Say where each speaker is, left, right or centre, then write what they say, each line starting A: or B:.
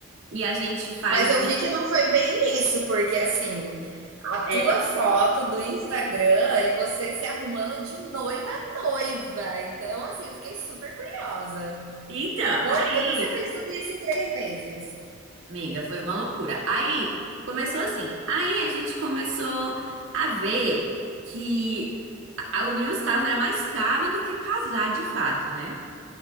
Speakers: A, on the right; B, on the right.
A: e a gente faz.
B: Mas eu
A: um,
B: vi que não foi bem isso, porque assim, a
A: É,
B: tua foto do Instagram é você se arrumando de noiva a noiva. Então, assim, eu fiquei super curiosa.
A: então,
B: Como
A: aí,
B: que você fez tudo isso em três meses?
A: amiga, foi uma loucura. Aí começou assim. Aí a gente começou a ver que a a união estava era mais caro do que casar de fato, né?